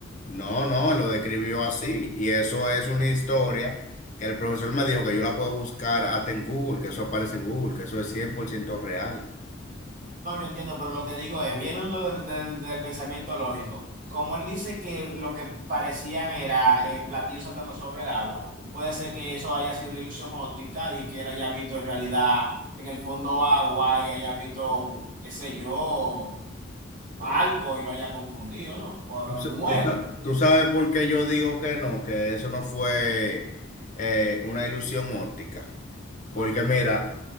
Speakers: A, on the left; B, on the right.
A: No, no, él lo describió así. Y eso es una historia que el profesor me dijo que yo la puedo buscar hasta en Google, que eso aparece en Google, que eso es 100% real.
B: No, yo entiendo, pero lo que digo es, viene uno del, del- del pensamiento lógico. Como él dice que lo que parecían era eh, platillos saltando sobre el agua, puede ser que eso haya sido una ilusión óptica y que él haya visto en realidad en el fondo agua y haya visto, qué sé yo, barco y lo haya confundido, ¿no? Por
A: ¿Tú, sa-
B: nueve.
A: tú sa- tú sabes por qué yo digo que no, que eso no fue eh, una ilusión óptica? Porque
B: Ok.
A: mira,